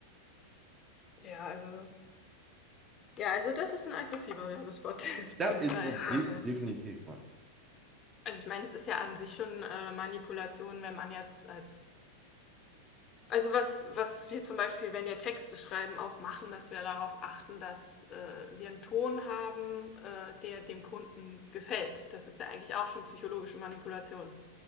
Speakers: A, on the left; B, on the right.
A: Ja, also Ja, also das ist ein aggressiver Werbespot, <laughs>
B: Ja,
A: den
B: ist,
A: du da
B: de
A: erzählt hast.
B: definitiv. ja.
A: Also, ich meine, es ist ja an sich schon, äh, Manipulation, wenn man jetzt als Also, was was wir zum Beispiel, wenn wir Texte schreiben, auch machen, dass wir darauf achten, dass, äh, wir einen Ton haben, äh, der dem Kunden gefällt. Das ist ja eigentlich auch schon psychologische Manipulation.